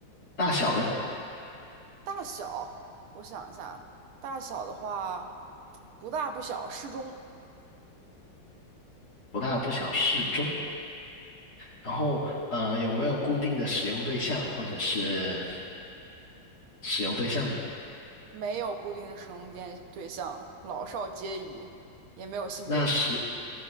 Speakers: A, on the left; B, on the right.
A: 大小呢？
B: 大小，我想一下，大小的话，不大不小，适中。
A: 不大不小，适中。然后呃，有没有固定的使用对象或者是使用对象呢？
B: 没有固定的使用电对象，老少皆宜，也没有性别制
A: 那是